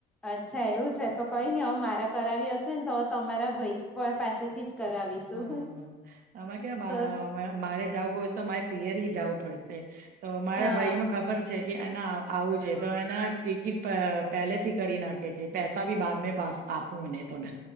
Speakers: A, in the centre; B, on the right.
A: અચ્છા એવું છે તો કંઈ ની હવે મારે કરાવી હશે ને તો તમારા ભઈ પાસેથી જ કરાવીશું.
B: હં આમાં ક્યા
A: તો
B: બા મારે જાવું હ તો મારે પિયરેય જાવું પડશે તો મારા
A: હા
B: ભાઈનો ખબર છે કે ના આ આવવું છે તો એના ટિકિટ પ પેલે થી કરી નાખે છે પેસા ભી બાદમેં પાસ આપ પુને તો મેં